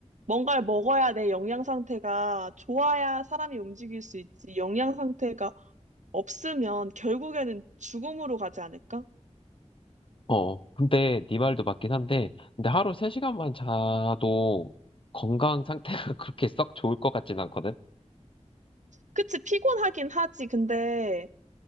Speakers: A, on the right (about 80°); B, on the left (about 45°).
A: 뭔가를 먹어야 내 영양 상태가 좋아야 사람이 움직일 수 있지. 영양 상태가 없으면 결국에는 죽음으로 가지 않을까?
B: 어. 근데 네 말도 맞긴 한데, 근데 하루 세 시간만 자도 건강 상태가 <laughs> 그렇게 썩 좋을 것 같진 않거든?
A: 그치, 피곤하긴 하지. 근데